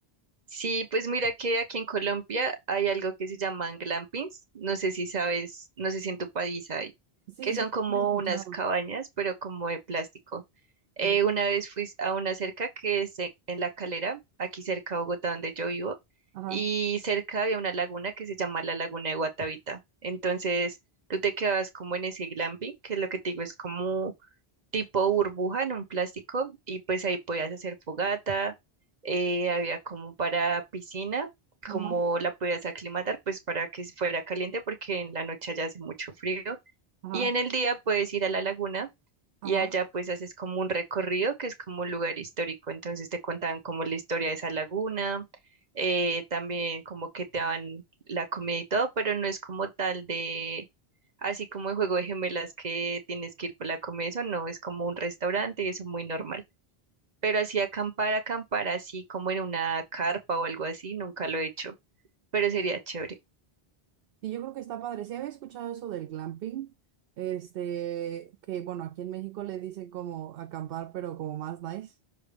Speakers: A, on the right; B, on the right.
A: Sí, pues mira que aquí en Colombia hay algo que se llaman glampings. No sé si sabes, no sé si en tu país hay,
B: Sí,
A: que
B: sí,
A: son como
B: lo he escuchado.
A: unas cabañas, pero como de plástico. Eh,
B: Ajá,
A: una vez fui a una cerca que es e- en La Calera, aquí cerca de Bogotá, donde yo vivo,
B: ajá,
A: y cerca había una laguna que se llama la Laguna de Guatavita. Entonces, tú te quedas como en ese glamping, que es lo que te digo, es como tipo burbuja en un plástico y pues ahí podías hacer fogata, eh, había como para piscina,
B: ajá,
A: como la podías aclimatar pues para que fuera caliente porque en la noche allá hace mucho frío
B: ajá.
A: y en el día puedes ir a la laguna
B: ajá.
A: y allá pues haces como un recorrido que es como un lugar histórico, entonces te contaban como la historia de esa laguna, eh, también como que te daban la comida y todo, pero no es como tal de Así como el juego de gemelas que tienes que ir por la comida, eso no, es como un restaurante y eso es muy normal. Pero así acampar, acampar así como en una carpa o algo así, nunca lo he hecho, pero sería chévere.
B: Y yo creo que está padre. Sí había escuchado eso del glamping, este, que bueno, aquí en México le dicen como acampar, pero como más nice.